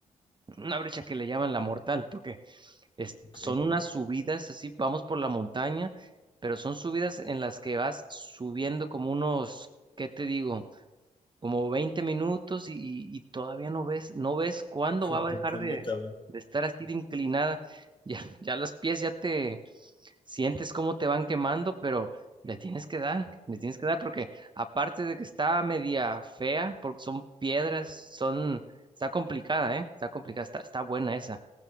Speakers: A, on the right; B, on the left.
A: una brecha que le llaman la mortal, porque es-
B: Ok.
A: son unas subidas así, vamos por la montaña, pero son subidas en las que vas subiendo como unos, ¿qué te digo? Como veinte minutos y, y- y todavía no ves, no ves cuándo
B: <laughs>
A: va a dejar
B: ¿Cuándo
A: de,
B: acaba?
A: de estar así de inclinada. <laughs> Ya, ya los pies ya te sientes cómo te van quemando, pero le tienes que dar, le tienes que dar porque aparte de que está media fea, porque son piedras, son, está complicada, ¿eh? Está complicada, está, está buena esa.